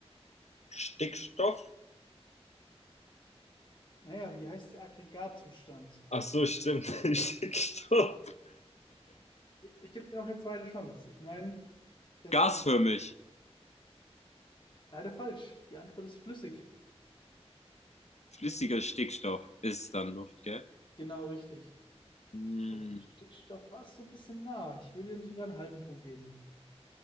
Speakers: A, on the left; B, on the left.
A: Stickstoff?
B: Naja, wie heißt der Aggregatzustand?
A: Ach so, stimmt. <laughs> Stickstoff.
B: Ich gebe dir noch eine zweite Chance. Ich meine, das
A: Gasförmig.
B: ist jetzt natürlich leider falsch. Die Antwort ist flüssig.
A: Flüssiger Stickstoff ist dann Luft, gell?
B: Genau richtig.
A: Hm.
B: Aber mit Stickstoff warst du ein bisschen nah. Ich würde dir sogar einen halben Punkt geben.